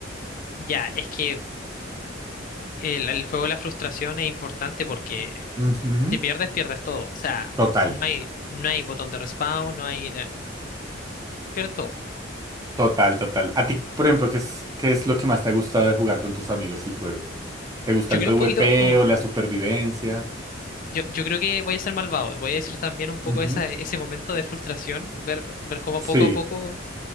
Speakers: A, on the left; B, on the right.
A: Ya, es que el, el juego de la frustración es importante porque
B: Ujú.
A: si pierdes, pierdes todo. O sea,
B: Total,
A: no hay, no hay botón de respawn, no hay... eh, pierdes todo.
B: total, total. A ti, por ejemplo, ¿qué es, qué es lo que más te ha gustado de jugar con tus amigos el juego? ¿Te gusta
A: Yo
B: el
A: creo
B: PvP
A: un poquito... oh,
B: o la supervivencia?
A: yo, yo creo que voy a ser malvado. Voy a decir también un poco
B: Ujú.
A: esa, ese momento de frustración, ver, ver cómo
B: Sí.
A: poco a poco